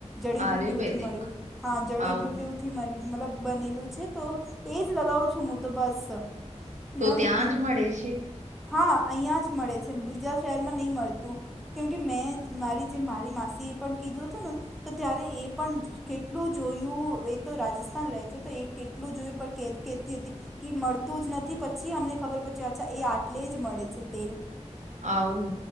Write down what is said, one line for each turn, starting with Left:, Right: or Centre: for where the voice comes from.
Centre: જડીબ્યુટુ
Right: આયુર્વેદિક
Centre: ઓથી મળ્યું હા જડી
Right: આવું
Centre: બ્યુટુ થી મર મતલબ બનેલું છે તો એ જ લગાવું છું મું તો બસ
Right: તો
Centre: નમ
Right: ત્યાં જ મળે છે
Centre: હાં અઈયાં જ મળે છે, બીજા શહેરમાં નઈ મળતું કેમ કે મેં જ મારી જે મારી માસી એ પણ કીધું હતું ને તો ત્યારે એ પણ કેટલું જોયું એ તો રાજસ્થાન રેહ છે તો એ કેટલું જોયું પણ કે કેતી હતી કે મળતું જ નથી પછી અમને ખબર પડ અચ્છા એ આટલે જ મડે છે તેલ
Right: આઉં